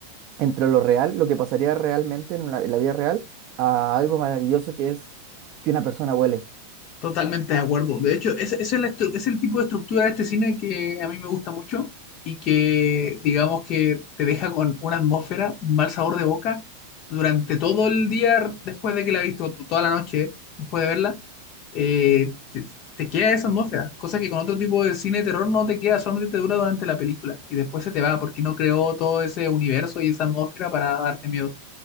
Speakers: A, on the right (about 40°); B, on the left (about 40°).
A: entre lo real, lo que pasaría realmente en la, en la vida real, a algo maravilloso que es que una persona huele.
B: Totalmente de acuerdo. De hecho, ese, ese es, la estru- es el tipo de estructura de este cine que a mí me gusta mucho y que, digamos que te deja con una atmósfera, un mal sabor de boca durante todo el día después de que la has visto, t- toda la noche después de verla, eh, te, te queda esa atmósfera, cosa que con otro tipo de cine de terror no te queda, solamente te dura durante la película y después se te va porque no creó todo ese universo y esa atmósfera para darte miedo.